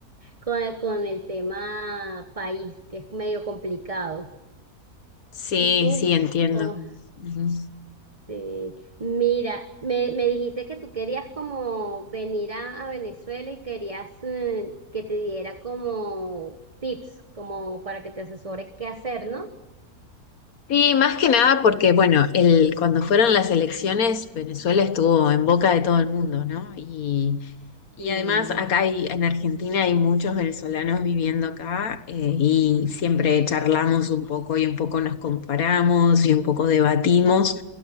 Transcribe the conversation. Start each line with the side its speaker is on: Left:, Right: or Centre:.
Right: con, con el tema país, que es medio complicado.
Left: Sí,
Right: ¿Y tú?
Left: sí, entiendo.
Right: ¿Cómo?
Left: Ujú.
Right: Sí. Mira, me, me dijiste que tú querías como venir a, a Venezuela y querías eh, que te diera como tips, como para que te asesores qué hacer, ¿no?
Left: Sí, más que nada porque, bueno, el, cuando fueron las elecciones, Venezuela estuvo en boca de todo el mundo, ¿no? Y, Y
Right: Sí,
Left: además acá hay, en Argentina hay muchos venezolanos viviendo acá eh, y siempre charlamos un poco y un poco nos comparamos y un poco debatimos.